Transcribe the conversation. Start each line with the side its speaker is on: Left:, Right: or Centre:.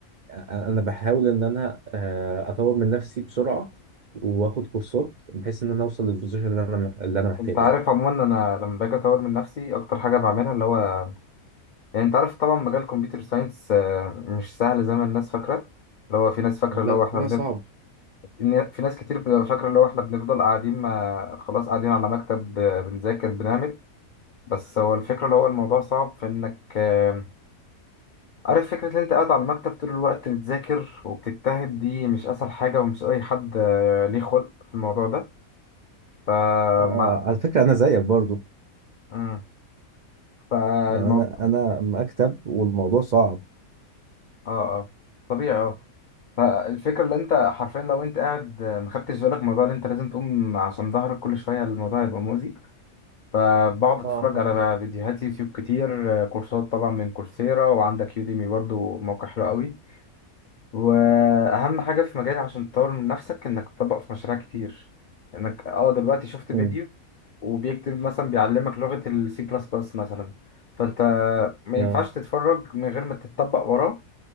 Right: انا بحاول ان انا آه، اطور من نفسي بسرعه واخد كورسات بحيث ان انا اوصل للبوزيشن اللي انا اللي انا محتاجه
Left: انت عارف عموما انا لما باجي اطور من نفسي اكتر حاجه بعملها اللي هو يعني انت عارف طبعا مجال كمبيوتر ساينس مش سهل زي ما الناس فاكره اللي هو في ناس فاكره اللي
Right: ده
Left: هو احنا
Right: ده صعب
Left: إن في ناس كتير بتبقى فاكرة اللي هو إحنا بنفضل قاعدين ما خلاص قاعدين على مكتب آه، بنذاكر بنعمل بس هو الفكرة اللي هو الموضوع صعب في إنك آه، عارف فكرة إن أنت قاعد على المكتب طول الوقت بتذاكر وبتجتهد دي مش أسهل حاجة ومش أي حد آه، ليه خلق في الموضوع ده فما
Right: آه، على فكرة أنا زيك برضو
Left: مم. فالمو...
Right: يعني أنا أنا مكتب والموضوع صعب
Left: آه آه طبيعي آه فالفكرة اللي أنت حرفيا لو أنت قاعد آه، ما خدتش بالك من الموضوع اللي أنت لازم تقوم عشان ظهرك كل شوية الموضوع هيبقى مؤذي فبقعد اتفرج
Right: اه فعلا
Left: على فيديوهات يوتيوب كتير آه، كورسات طبعا من كورسيرا وعندك يوديمي برضو موقع حلو قوي واهم حاجه في مجالي عشان تطور من نفسك انك تطبق في مشاريع كتير انك اه دلوقتي شفت فيديو
Right: مم.
Left: وبيكتب مثلا بيعلمك لغه السي بلس بلس مثلا فانت ما
Right: يا
Left: ينفعش تتفرج من غير ما تتطبق وراه